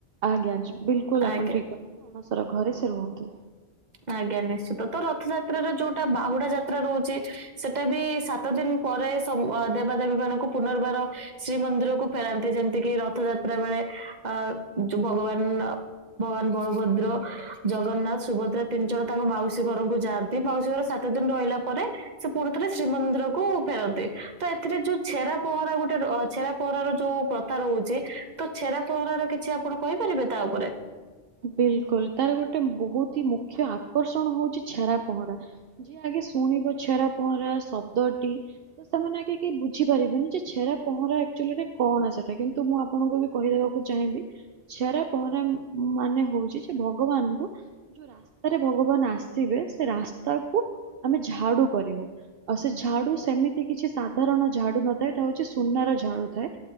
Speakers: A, on the right; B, on the right.
A: ଆଜ୍ଞା ଯୁ ବିଲକୁଲ୍ ଆପଣ
B: ଆଜ୍ଞା
A: ଠିକ୍ <unintelligible> ଅଣସର ଘରେ ସେ ରୁହନ୍ତୁ।
B: ଆଜ୍ଞା ନିଶ୍ଚିତ ତ ରଥଯାତ୍ର ର ଯୋଉଟା ବାହୁଡା ଯାତ୍ରା ରହୁଚି ସେଟା ବି ସାତ ଦିନ୍ ପରେ ସ ଦେବାଦେବୀ ମାନଙ୍କୁ ପୁନର୍ବାର ଶ୍ରୀମନ୍ଦିରକୁ ଫେରାନ୍ତି ଯେମ୍ତି କିି ରଥ ଯାତ୍ରା ବେଳେ ଅ ଯୁ ଭଗବାନ ଭଗବାନ୍ ବଳଭଦ୍ର ଜଗନ୍ନାଥ୍ ସୁଭଦ୍ରା ତିନି ଜଣ ତାଙ୍କ ମାଉସୀ ଘରଙ୍କୁ ଯାଆନ୍ତି ମାଉସୀ ଘର ସାତ ଦିନ୍ ରହିଲା ପରେ ସେ ପୁରୁ ଥରେ ଶ୍ରୀମନ୍ଦିର କୁ ଫେରନ୍ତି ତ ଏଥିରେ ଯୋଉ ଛେରା ପହଁରା ଗୋଟେ ର ଅ ଛେରା ପହଁରା ର ଯୋଉ ପ୍ର ଥା ରହୁଚି ତ ଛେରା ପହଁରା ର କିଛି ଆପଣ କହିପାରିବେ ତା ଉପରେ?
A: ବିଲକୁଲ୍ ତାର ଗୋଟେ ବହୁତି ହି ମୁଖ୍ୟ ଆକର୍ଷଣ ହଉଚି ଛେରା ପହଁରା। ଯିଏ ଆଗେ ଶୁଣିବ ଛେରା ପହଁରା ଶବ୍ଦଟି ତ ସେମାନେ ଆଗେ କେଇ ବୁଝିପାରିବେନି ଯେ ଛେରା ପହଁରା ଆକ୍ଚୁଆଲି ରେ କଣ ସେଟା କିନ୍ତୁ ମୁଁ ଆପଣଙ୍କୁ ବି କହିଦବାକୁ ଚାହିଁବି ଛେରା ପହଁରା ମାନେ ହଉଛି ଯେ ଭଗବାନଙ୍କୁ ଯୋଉ ରାସ୍ତାରେ ଭଗବାନ୍ ଆସିବେ ସେ ରାସ୍ତାକୁ ଆମେ ଝାଡୁ କରିବୁ ଆଉ ସେ ଝାଡୁ ସେମିତି କିଛି ସାଧାରଣ ଝାଡୁ ନ ଥାଏ ଏଇଟା ହଉଛି ସୁନାର ଝାଡୁ ଥାଏ।